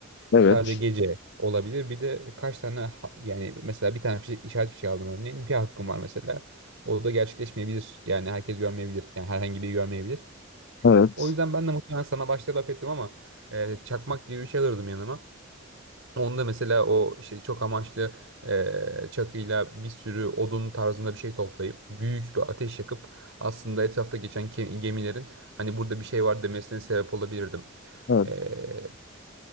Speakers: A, on the left; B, on the right.
A: Evet.
B: Sadece gece olabilir. Bir de kaç tane ha- yani mesela bir tane fişe- işaret fişeği aldım örneğin. Bir hakkım var mesela. O da gerçekleşmeyebilir. Yani herkes görmeyebilir. Yani herhangi biri görmeyebilir.
A: Evet.
B: O yüzden ben de muhtemelen sana başta laf ettim ama e, çakmak gibi bir şey alırdım yanıma. Onda mesela o işte çok amaçlı e, çakıyla bir sürü odun tarzında bir şey toplayıp büyük bir ateş yakıp aslında etrafta geçen ke- gemilerin hani burada bir şey var demesine sebep olabilirdim.
A: Evet.
B: E,